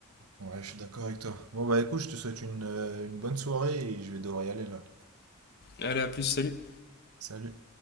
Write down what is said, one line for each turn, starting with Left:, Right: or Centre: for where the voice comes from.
Right: Ouais, je suis d'accord avec toi. Bon bah écoute, je te souhaite une, euh, une bonne soirée et je vais devoir y aller là.
Left: Allez, à plus, salut!
Right: Salut.